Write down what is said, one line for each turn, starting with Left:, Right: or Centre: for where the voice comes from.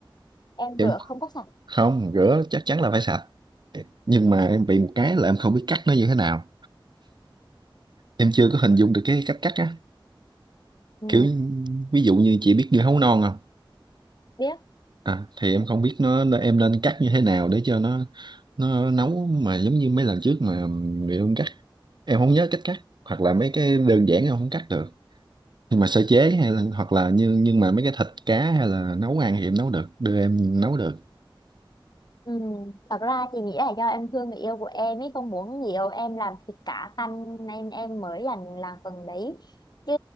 Left: Em
Right: Em
Left: rửa không có sạch
Right: không, rửa chắc chắn là phải sạch. Nhưng mà em bị một cái là em không biết cắt nó như thế nào. Em chưa có hình dung được cái cách cắt á.
Left: ừ.
Right: kiểu ví dụ như chị biết dưa hấu non không
Left: biết
Right: à thì em không biết nó nó- em nên cắt như thế nào để cho nó nó nấu mà giống như mấy lần trước mà bị em cắt em không nhớ cách cắt hoặc là mấy cái đơn giản em không cắt được nhưng mà sơ chế hay là hoặc là như nhưng mà mấy cái thịt cá hay là nấu ăn thì em nấu được đưa em nấu được
Left: Ừ. Thật ra chị nghĩ là do em thương người yêu của em ấy không muốn nhiều em làm thịt cá tanh nên em mới làm làm phần đấy chứ